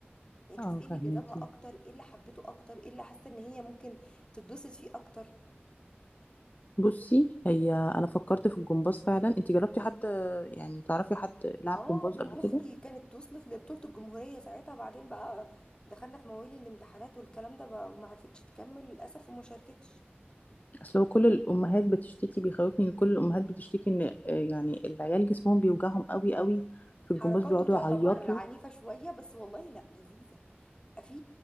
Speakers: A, on the left; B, on the left.
A: يعني تشوف
B: اه
A: ايه اللي
B: فهميكي
A: جذبها اكتر ايه اللي حبته اكتر ايه اللي حاسه ان هي ممكن تتبسط فيه اكتر
B: بصي هي انا فكرت في الجمباز فعلا انت جربتي حد يعني تعرفي حد لعب
A: اه
B: جمباز
A: بنت
B: قبل
A: اختي
B: كده
A: كانت وصلت لبطوله الجمهوريه ساعتها بعدين بقى دخلنا في مواويل الامتحانات والكلام ده بقى وما عرفتش تكمل للاسف وما شاركتش
B: اصل هو كل الامهات بتشتكي بيخوفني ان كل الامهات بتشتكي ان آه، يعني العيال جسمهم بيوجعهم قوي قوي في
A: حركاته
B: الجمباز بيقعدوا
A: <laughs> تعتبر
B: يعيطوا
A: عنيفه شويه بس والله لا لذيذه بيبقى في